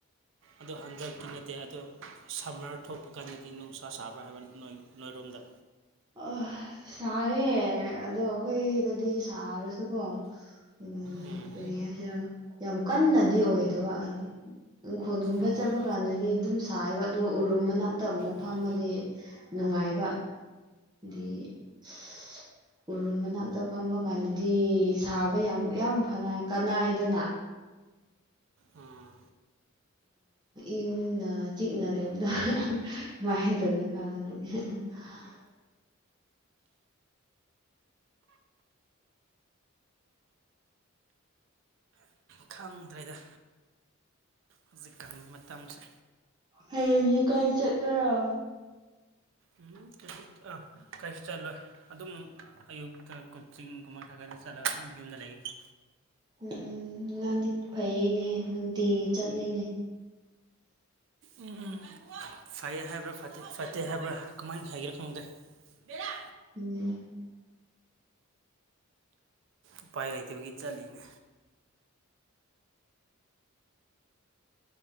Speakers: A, on the right; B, on the right.
A: ꯑꯗꯣ ꯍꯟꯗꯛꯇꯤ ꯅꯠꯇꯦ ꯑꯗꯣ ꯁꯝꯃꯔ ꯊꯣꯛꯄ ꯀꯥꯟꯗꯗꯤ ꯅꯨꯡꯁꯥ ꯁꯥꯕ꯭ꯔꯥ ꯍꯥꯏꯕ ꯅ ꯅꯣꯏꯔꯣꯝꯗ
B: ꯑ ꯁꯥꯌꯦ ꯑꯗꯣ ꯑꯩꯈꯣꯏꯗꯗꯤ ꯁꯥꯔꯁꯨꯀꯣ <unintelligible>
A: ꯎꯝ
B: ꯌꯥꯝ ꯀꯟꯅꯗꯤ ꯑꯣꯏꯗꯕ ꯑꯗꯨ ꯎꯪꯈꯣꯜꯒꯨꯝꯕ
A: ꯑꯣ
B: ꯆꯠꯄ ꯀꯥꯟꯗꯗꯤ ꯑꯗꯨꯝ ꯁꯥꯏꯕ ꯑꯗꯣ ꯎꯔꯨꯝ ꯃꯅꯥꯛꯇ ꯑꯃꯨꯛ
A: ꯑꯣ
B: ꯐꯝꯃꯗꯤ ꯅꯨꯡꯉꯥꯏꯕ ꯒꯤ <unintelligible> ꯎꯔꯨꯝ ꯃꯅꯥꯛꯇ ꯐꯝꯕ ꯀꯥꯟꯗꯗꯤ ꯁꯥꯕ ꯌꯥꯝ ꯌꯥꯝ ꯐꯅ ꯀꯅꯥꯏꯗꯅ
A: ꯎꯝ
B: ꯏꯪꯅ ꯆꯤꯛꯅ ꯂꯩꯕꯗꯣ <unintelligible> <inaudible>
A: ꯈꯪꯗ꯭ꯔꯦꯗ ꯍꯧꯖꯤꯛꯀꯥꯟ ꯃꯇꯝꯁꯦ
B: ꯍꯌꯦꯡꯒꯤ ꯀꯥꯏ ꯆꯠꯀꯥꯔꯥ
A: ꯎꯝ ꯀꯩꯁꯨ ꯑꯥ ꯀꯩꯁꯨ ꯆꯜꯂꯣꯏ ꯑꯗꯨꯝ ꯑꯌꯨꯛꯇ ꯀꯣꯠꯆꯤꯡꯒꯨꯝꯕ ꯈꯔ ꯈꯔꯗꯤ ꯆꯠꯂꯒ ꯑꯗꯨꯝ ꯌꯨꯝꯗ ꯂꯩꯒꯅꯤ
B: ꯎꯝ ꯅꯪꯗꯤ ꯐꯩꯌꯦꯅꯦ ꯅꯨꯡꯇꯤꯒꯤ ꯆꯠꯂꯤꯅꯦ
A: ꯎꯝ ꯎꯝ ꯐꯩꯌꯦ ꯍꯥꯏꯕ꯭ꯔꯥ ꯐꯠꯇꯦ ꯐꯠꯇꯦ ꯍꯥꯏꯕ꯭ꯔꯥ ꯀꯃꯥꯏꯅ ꯍꯥꯏꯒꯦꯔꯥ ꯈꯪꯗꯦ ꯕꯦꯂꯥ
B: ꯎꯝ
A: ꯎꯄꯥꯏ ꯂꯩꯇꯕꯒꯤ ꯆꯠꯂꯤꯅꯦ